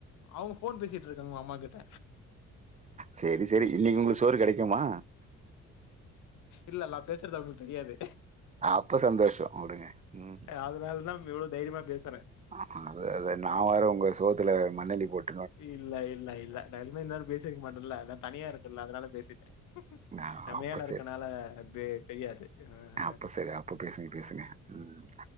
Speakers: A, on the left; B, on the right.
A: அவுங்க ஃபோன் பேசிட் ருக்காங்க அம்மா கிட்ட
B: சேரி சேரி இன்னிக் உங்குளுக் சோறு கெடைக்குமா
A: இல்லல் லா பேசறது அவுங்களுக் தெரியாது
B: அப்ப சந்தோஷோ உடுங்க ம்
A: அதனால தான் இவ்ளோ தைரியமா பேசுறாங்க.
B: ஆ அத நா வேற உங்க சோத்துல மண்ணல்லி போட்
A: இல்ல இல்ல இல்ல டைமே இருந்தாலு பேசிக்க மாட்டேன்ல்ல அதா தனியா இருக்கல்ல அதனால பேசிட்டே
B: நான்
A: நா
B: அப்ப
A: மேல இருக்கனால
B: சரி.
A: அப்டியே தெரியாது அ
B: அப்ப
A: அ
B: சரி. அப்ப பேசுங்க, பேசுங்க. ம்.